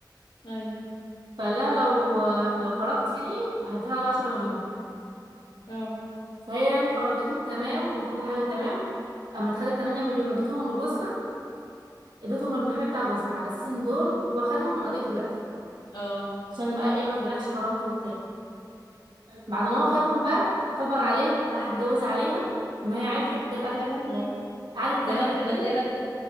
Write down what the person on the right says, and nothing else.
فقال لها لو لو خرجتيني هديها 10 مليون
فهي يعني خرجته تمام وكل حاجة تمام اما اتخدت 8 مليون وادتهم لجوزها ادتهم للمحامي بتاع جوزها على اساس ان دول هو خدهم من قضية الوقف
عشان بقى ايه ما تجرحش كرامته وبتاع بعد ما هو خدهم بقى كبر عليها راح اتجوز عليها ما هي عرفت وجت قعدت
قعدت
تهاجم
كتير